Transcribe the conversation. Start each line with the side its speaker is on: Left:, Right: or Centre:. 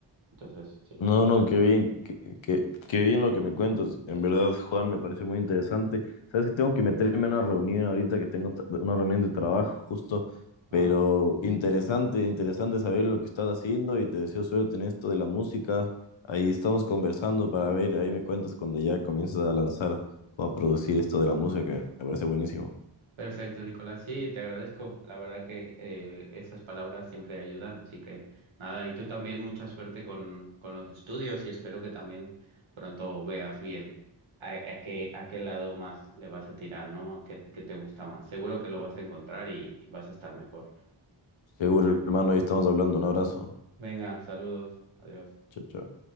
Right: Entonces, sí.
Left: No, no,
Right: me-
Left: qué bien, qué, qué- qué bien lo que me cuentas. En verdad, Juan, me parece muy interesante. Sabes que tengo que meterme en una reunión ahorita, que tengo tra- una reunión de trabajo justo, pero
Right: Ah,
Left: interesante, interesante saber lo que estás haciendo y te deseo suerte en esto de la música. Ahí estamos conversando para ver, ahí me cuentas cuando ya comiences a lanzar o a producir esto de la música, que me parece buenísimo.
Right: perfecto, Nicolás. Sí, te agradezco. La verdad que eh, esas palabras siempre ayudan. Así que nada, y tú también mucha suerte con, con los estudios y espero que también pronto veas bien a, a qué, a qué lado más le vas a tirar, ¿no? A qué, qué te gusta más. Seguro que lo vas a encontrar y y vas a estar mejor.
Left: Seguro, hermano, ahí estamos hablando. Un abrazo.
Right: Venga, saludos. Adiós.
Left: Chao, chao.